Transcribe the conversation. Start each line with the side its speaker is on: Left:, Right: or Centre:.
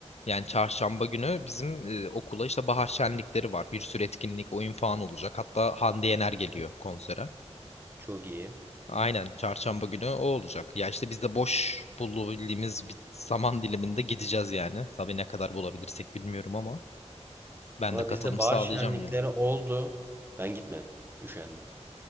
Left: yani çarşamba günü bizim eee, okula işte bahar şenlikleri var. Bir sürü etkinlik, oyun falan olacak. Hatta Hande Yener geliyor konsere.
Right: çok iyi.
Left: Aynen çarşamba günü o olacak. Ya işte biz de boş bulabildiğimiz bir zaman diliminde gideceğiz yani. Tabii ne kadar bulabilirsek bilmiyorum ama ben
Right: Valla
Left: de katılım
Right: bizde bahar
Left: sağlayacağım
Right: şenlikleri
Left: yani.
Right: oldu. Ben gitmedim. Üşendim.